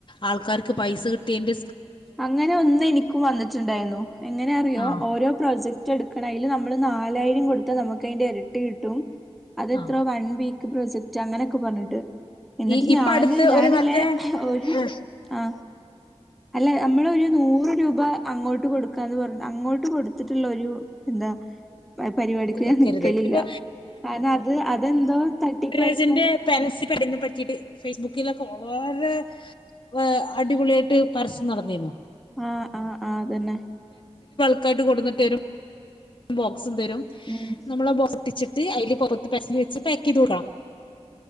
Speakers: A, on the left; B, in the centre.
A: ആൾക്കാർക്ക് പൈസ കിട്ടിയിട്ടുണ്ട്
B: അങ്ങനെ ഒന്ന് എനിക്കും വന്നിട്ടുണ്ടായിരുന്നു എങ്ങന അറിയോ
A: ആ
B: ഓരോ പ്രോജക്ട് എടുക്കണതില് നമ്മള് നാലായിരം കൊടുത്താൽ നമുക്ക് അതിന്റെ ഇരട്ടി കിട്ടും അത് എത്ര
A: ആ
B: വൺ വീക്ക് പ്രൊജക്റ്റ് അങ്ങനെയൊക്കെ പറഞ്ഞിട്ട് എന്നിട്ട്
A: ഈ ഇപ്പ
B: ഞാന്
A: അടുത്ത്
B: ഞാനില്ലേ
A: ഒരു മറ്റേ
B: ഒരു
A: ആ
B: ആ അല്ല നമ്മള് ഒരു നൂറ് രൂപ ഇപ്പ അങ്ങോട്ട് കൊടുക്കാന്ന് പറഞ്ഞു അങ്ങോട്ട് കൊടുത്തിട്ടുള്ള ഒരു എന്താ പരിപാടിക്ക്
A: നിക്കരുത്
B: ഞാൻ നിക്കലില്ല
A: ഇപ്പൊ
B: കാരണം അത് അതെന്തോ തട്ടിപ്പായിക്കും
A: പരാജന്റെ പരൻസി പഠയിനെ പറ്റിട്ട് ഫേസ്ബുക്കിലൊക്കെ വളരെ <unintelligible> അടിപൊളിയായിട്ട് പരസ്യം നടന്നിന്നോ
B: ആ ആ ആ അതന്നെ
A: യിട്ട് കൊടുട്ടരും ബോക്സും തരും
B: ഉം
A: നമ്മൾ ആ ട്ടിച്ചിട്ട് അതില് പുറത്ത് പശ വെച്ച് പാക്ക് ചെയ്ത് വിടാം